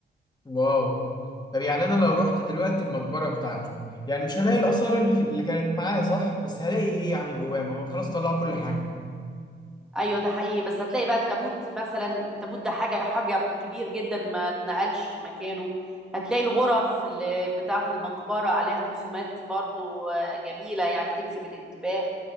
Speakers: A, on the left (about 20°); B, in the centre.
A: واو طب يعني انا لو رحت دلوقتي المقبره بتاعته يعني مش هلاقي الاثار اللي اللي كانت معايا صح بس هلاقي ايه يعني جواه ما هو خلاص طلع كل حاجه
B: ايوه ده حقيقي بس هتلاقي بقى التابوت مثلا التابوت ده حاجه حجر كبير جدا ما اتنقلش مكانه هتلاقي الغرف اللي بتاعه المقبره عليها رسومات برضو آه، جميله يعني تجذب الانتباه